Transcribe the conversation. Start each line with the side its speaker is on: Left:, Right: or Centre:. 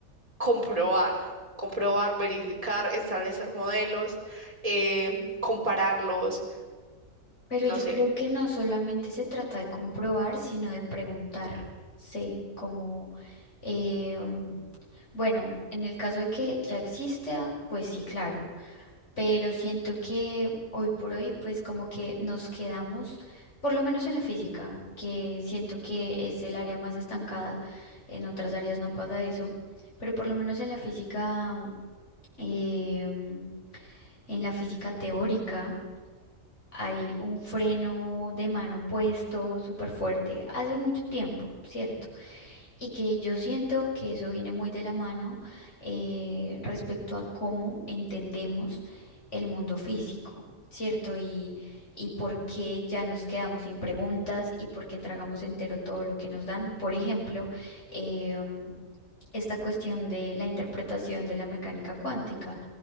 Right: comprobar, comprobar, verificar, establecer modelos, eh, compararlos,
Left: Pero
Right: no
Left: yo
Right: sé.
Left: creo que no solamente se trata de comprobar, sino de preguntar. Sí, como, eh, bueno, en el caso de que ya exista, pues sí, claro. pero siento que hoy por hoy pues como que nos quedamos, por lo menos en la física, que siento que es el área más estancada, en otras áreas no pasa eso, pero por lo menos en la física, em, en la física teórica hay un freno de mano puesto súper fuerte hace mucho tiempo, ¿cierto? Y que yo siento que eso viene muy de la mano eh, respecto a cómo entendemos el mundo físico, ¿cierto? Y, y por qué ya nos quedamos sin preguntas y por qué tragamos entero todo lo que nos dan. Por ejemplo, em, esta cuestión de la interpretación de la mecánica cuántica,